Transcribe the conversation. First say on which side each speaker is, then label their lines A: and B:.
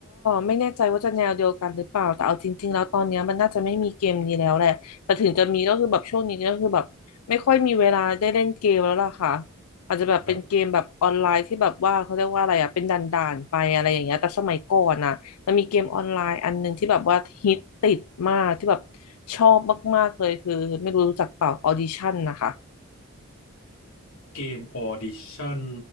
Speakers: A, on the left (about 80°); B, on the left (about 70°).
A: ไม่แน่ใจว่าจะแนวเดียวกันหรือเปล่าแต่เอาจริงๆแล้วตอนเนี้ยมันน่าจะไม่มีเกมนี้แล้วแหละแต่ถึงจะมีก็คือแบบช่วงนี้ก็คือแบบไม่ค่อยมีเวลาได้เล่นเกมแล้วล่ะค่ะอาจจะแบบเป็นเกมแบบออนไลน์ที่แบบว่าเขาเรียกว่าอะไรอ่ะเป็นด่านๆไปอะไรอย่างเงี้ยแต่สมัยก่อนน่ะมันมีเกมออนไลน์อันหนึ่งที่แบบว่าฮิตติดมากที่แบบ
B: ครับ
A: ชอบมากๆเลยคือไม่รู้รู้จักเปล่าออดิชั่นนะคะ
B: เกมออดิชั่น